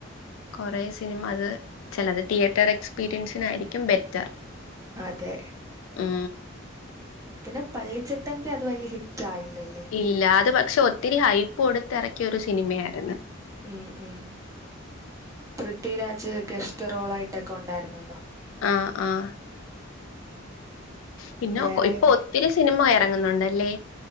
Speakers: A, on the left (about 75°); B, on the right (about 15°).
A: കൊറേ സിനിമ അത്, ചെലത് തിയേറ്റർ എക്സ്പീരിയൻസിനായിരിക്കും ബെറ്റർ.
B: അതെ
A: മ്മ്
B: പിന്നെ പള്ളിച്ചട്ടമ്പി അത് വലിയ ഹിറ്റ് ആയില്ലല്ലേ
A: ഇല്ല അത് പക്ഷെ ഒത്തിരി ഹൈപ്പ് കൊടുത്തിറക്കിയ ഒരു സിനിമയായിര്ന്ന്
B: ഉം ഉം പൃഥ്വിരാജ് ഗസ്റ്റ് റോൾ ആയിട്ടൊക്കെ ഉണ്ടായിരുന്നല്ലോ
A: ആഹ് ആഹ് പിന്നെ
B: വേറെ
A: ഇപ്പൊ
B: ഏതാ
A: ഒത്തിരി സിനിമ എറങ്ങുന്നുണ്ടല്ലേ